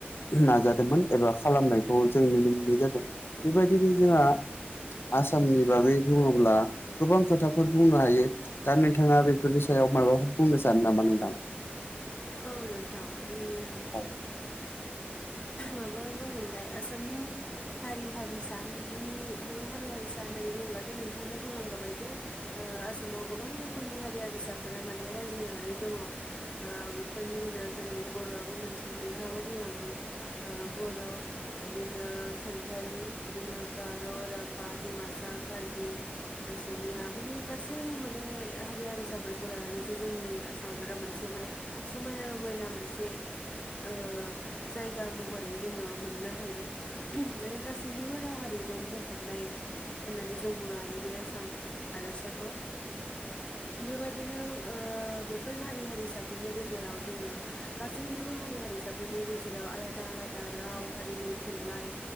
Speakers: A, on the left; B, on the left.
A: नाजादोंमोन एबा खालामनायखौ जों नुनो मोननाय जादों। बेबायदिनो जोंहा आसामनि बागै बुंङो अब्ला गोबां खोथाफोर बुंनो हायो। दा नोंथाङा बेफोरनि सायाव माबाफोर बुंनो सानो नामा नोंथां? <inaudible>
B: औ नोथां उम
A: औ <inaudible>
B: माबा होनो मोनलाय आसामनि हारि हारिसाफोरनि माने हारि हारिसा होननानै बुंङोब्ला। दासो नोंथाङानो बुंलांखाबाय जे ओ आसामाव गोबां रोखोमनि हारि हारिसाफोरा माने रायजो जानानै दङ। ओ बेफोरनि गेजेराव जेरै बर'आबो मोनसे नोंथाङाबो बुंलांदों।
A: <inaudible>
B: ओ बर' इदिनो सानथालि बिदिनो गार', राभा, दिमासा, कार्बि बि, असमिया माने गासै माने हारि हारिसाफोरखौ लानानैसो जोंनि आसामाव रा मोनसे माने समायना रमायना मोनसे ओ जायगा महरै जोङो मोननो हायो। माने गासैनिबो राव हारिजों बुंफबनाय होननानै जों बुंनो हायो। बे आसाम हादोरसाखौ। बेबायदिनो ओ बेफोर हारि हारिसाब फोरनि गेजेराव जोङो गासैनिबो हारि हारिसाफोरनिबो जेराव आलादा आलादा राव हारिमु थुनलाइ